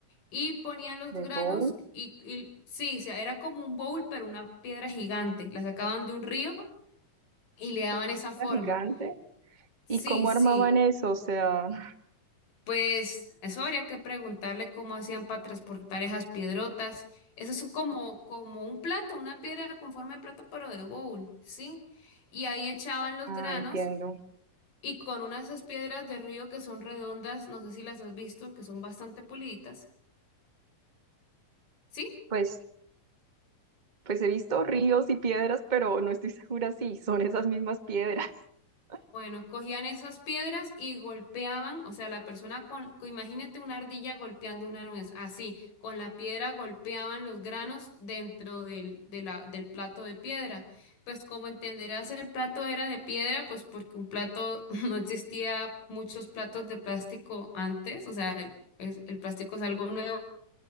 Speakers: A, on the left; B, on the right.
A: y ponían los
B: De
A: granos
B: bowl,
A: y, y sí, o sea, era como un bowl, pero una piedra gigante, la sacaban de un río y le daban
B: una
A: esa
B: piedra
A: forma.
B: gigante.
A: Sí,
B: ¿Y cómo
A: sí,
B: armaban eso? O sea, <laughs>
A: Pues eso habría que preguntarle cómo hacían para transportar esas piedrotas. Eso es como, como un plato, una piedra con forma de plato, pero de bowl, ¿sí? Y ahí echaban los
B: ah,
A: granos
B: entiendo.
A: y con unas esas piedras de río que son redondas, no sé si las has visto, que son bastante puliditas, ¿sí?
B: Pues, pues he visto ríos y piedras, pero no estoy segura si son esas mismas piedras. <laughs>
A: Bueno, cogían esas piedras y golpeaban, o sea, la persona con, con- imagínate una ardilla golpeando una nuez, así, con la piedra golpeaban los granos dentro del, de la, del plato de piedra. Pues como entenderás, el plato era de piedra, pues porque un plato <laughs> no existía muchos platos de plástico antes, o sea, el, es- el plástico es algo nuevo